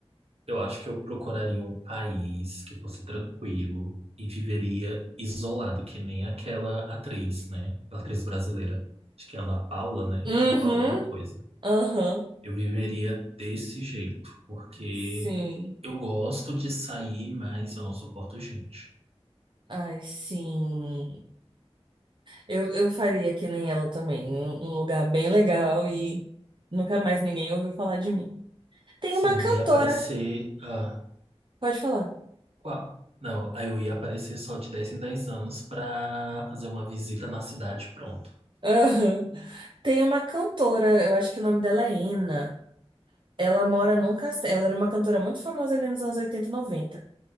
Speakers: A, on the right; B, on the right.
A: eu acho que eu procuraria um país que fosse tranquilo e viveria isolado, que nem aquela atriz, né? A atriz brasileira. Acho que é a Ana Paula, né?
B: Uhum,
A: Ana Paula alguma coisa.
B: Aham,
A: Eu viveria desse jeito, porque
B: sim.
A: eu gosto de sair, mas eu não suporto gente.
B: Ai, sim. Eu, eu faria que nem ela também. Um, um lugar bem legal e nunca mais ninguém ouviu falar de mim. Tem
A: Sim,
B: uma cantora,
A: e aparecer. Ah,
B: pode falar.
A: Qual? Não, aí eu ia aparecer só de 10 em 10 anos pra fazer uma visita na cidade, pronto.
B: Aham. Tem uma cantora, eu acho que o nome dela é Ena. Ela mora num castelo. Ela era uma cantora muito famosa ali nos anos 80 e 90.